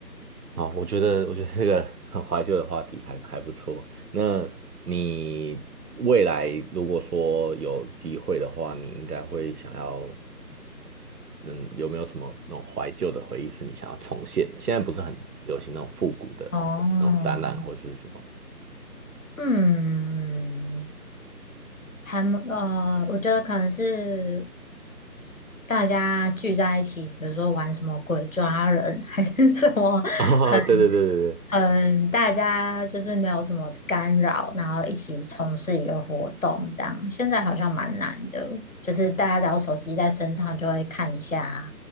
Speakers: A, on the right; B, on the left.
A: 好，我觉得我觉得这个很怀旧的话题还还不错。那你未来如果说有机会的话，你应该会想要，嗯，有没有什么那种怀旧的回忆是你想要重现的？现在不是很流行那种复古的那种展览或是什么？
B: 哦，嗯，还蛮呃，我觉得可能是大家聚在一起，比如说玩什么鬼抓人，还是什么。
A: <laughs> 哦，
B: 很。
A: 对对对对对，
B: 嗯，大家就是没有什么干扰，然后一起从事一个活动，这样现在好像蛮难的，就是大家只要手机在身上就会看一下啊，